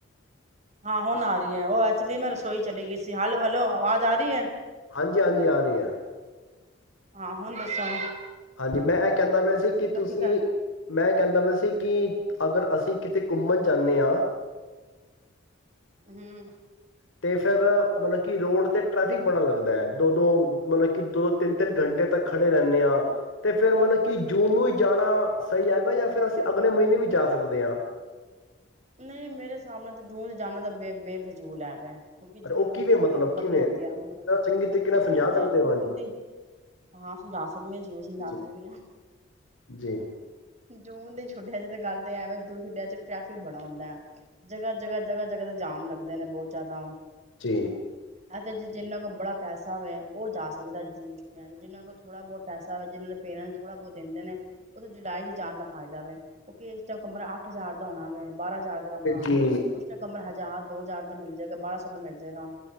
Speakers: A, on the right; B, on the left.
A: ਹਾਂ ਹੁਣ ਆ ਰਹੀ ਹੈ ਉਹ ਐਕਚੁਲੀ ਮੈਂ ਰਸੋਈ ਚਲੀ ਗਈ ਸੀ ਹਲ ਹੱਲ ਹੈਲੋ ਆਵਾਜ਼ ਆ ਰਹੀ ਹੈ
B: ਹਾਂਜੀ ਹਾਂਜੀ ਆ ਰਹੀ ਹ
A: ਆਹ ਹੁਣ ਦੱਸਾਂ
B: ਹਾਂਜੀ ਮੈਂ ਇਹ ਕਹਿੰਦਾ ਪਿਆ ਸੀ ਕਿ ਤੁਸੀਂ
A: ਕਰ
B: ਮੈਂ ਕਹਿੰਦਾ ਪਿਆ ਸੀ ਕਿ ਅਗਰ ਅਸੀਂ ਕਿਤੇ ਘੁੰਮਣ ਜਾਂਦੇ ਹਾਂ
A: ਹਮ
B: ਅਤੇ ਫਿਰ ਮਤਲਬ ਕਿ ਰੋਡ 'ਤੇ ਟਰੈਫਿਕ ਬੜਾ ਲੱਗਦਾ ਹੈ ਦੋ ਦੋ ਮਤਲਬ ਕਿ ਦੋ ਦੋ ਤਿੰਨ ਤਿੰਨ ਘੰਟੇ ਤੱਕ ਖੜ੍ਹੇ ਰਹਿੰਦੇ ਹਾਂ ਤੇ ਫਿਰ ਮਤਲਬ ਕਿ ਜੂਨ ਨੂੰ ਹੀ ਜਾਣਾ ਸਹੀ ਹੈਗਾ ਜਾਂ ਫਿਰ ਅਸੀਂ ਅਗਲੇ ਮਹੀਨੇ ਵੀ ਜਾ ਸਕਦੇ ਹਾਂ
A: ਨਹੀਂ ਮੇਰੇ ਹਿਸਾਬ ਨਾਲ ਤਾਂ ਜੂੰ ਜਾਣਾ ਤਾਂ ਬੇ ਬੇਫਜ਼ੂਲ ਹੈ ਪੈ ਕਿਉਂਕਿ
B: ਅੱਛਾ
A: ਜੂਨ
B: ਉਹ
A: ਜ
B: ਕਿਵੇਂ
A: ਤਾਂ ਛੁੱਟੀਆਂ
B: ਮਤਲਬ ਕਿਵੇਂ
A: ਬੜੀਆਂ ਹੁੰਦੀਆਂ ਮਤਲਬ
B: ਜਰਾ
A: ਕਿਉਂਕਿ
B: ਚੰਗੀ ਤਰੀਕੇ ਨਾਲ ਸਮਝਾ ਸਕਦੇ
A: ਜੇ ਜੂਨ
B: ਹੋ ਮੈਨੂੰ
A: ਦੀ ਹਾਂ ਸਮਝਾ ਸਕਦੇ ਹਾਂ ਜ਼ਰੂਰ ਸਮਝਾ
B: ਜੀ
A: ਸਕਦੇ ਹਾਂ
B: ਜੀ
A: ਜੂਨ ਦੀ ਛੁੱਟੀਆਂ ਜੇ ਤਾਂ ਗੱਲ <unintelligible> ਬੜਾ ਹੁੰਦਾ ਹੈ ਜਗ੍ਹਾ-ਜਗ੍ਹਾ, ਜਗ੍ਹਾ-ਜਗ੍ਹਾ ਦੇ ਜਾਮ ਲੱਗਦੇ ਨੇ ਬਹੁਤ ਜ਼ਿਆਦਾ।
B: ਜੀ।
A: ਇਹ ਤੇ ਜਿੰਨਾਂ ਕੋਲ ਬੜਾ ਪੈਸਾ ਵੇ ਉਹ ਜਾ ਸਕਦਾ ਜੂਨ ਛੁੱਟੀਆਂ ਚ ਜਿੰਨਾਂ ਕੋਲ ਥੋੜਾ ਬਹੁਤ ਪੈਸਾ ਵੇ ਜਿਨ੍ਹਾਂ ਦੇ ਪੇਰੈਂਸ ਥੋੜ੍ਹਾ ਬਹੁਤ ਦੇਂਦੇ ਨੇ ਉਥੇ ਜੁਲਾਈ ਜਾਣ ਦਾ ਫਾਇਦਾ ਵੇ ਕਿਉਂਕ ਇਸ ਟਾਈਮ ਕਮਰਾ ਹਜਾਰ ਦਾ ਹੋਣਾ ਬਾਰਾਂ ਹਜ਼ਾਰ ਦਾ ਕਮਰਾ ਹੋਣਾ
B: ਜੀ
A: ਉਸ ਟਾਈਮ ਕਮਰਾ ਹਜ਼ਾਰ ਦੋ ਹਜ਼ਾਰ ਦਾ ਮਿਲ ਜਾਏਗਾ ਬਾਰਾਂ ਸੌ ਦਾ ਮਿਲ ਜਾਏਗਾ।